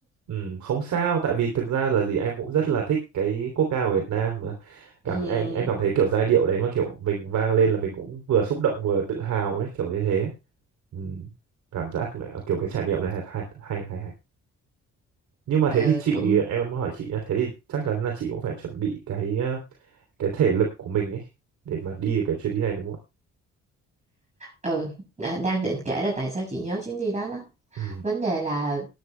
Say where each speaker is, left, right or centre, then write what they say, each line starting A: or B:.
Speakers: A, on the right; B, on the right.
A: ừ, không sao tại vì thực ra là gì em cũng rất là thích cái quốc ca của Việt Nam mà
B: <laughs> ừ,
A: cảm em em cảm thấy kiểu giai điệu đấy mà kiểu mình vang lên là mình cũng vừa xúc động vừa tự hào ấy kiểu như thế ừ, cảm giác là kiểu cái trải nghiệm này hay hay hay hay nhưng mà
B: ờ,
A: thế thì chị
B: cũng
A: em em muốn hỏi chị nhá thế thì chắc chắn là chị cũng phải chuẩn bị cái ờ, cái thể lực của mình ấy để mà đi được cái chuyến đi này đúng không ạ
B: ừ đã- đang định kể là tại sao chị nhớ chuyến đi đó đó
A: ừ
B: vấn đề là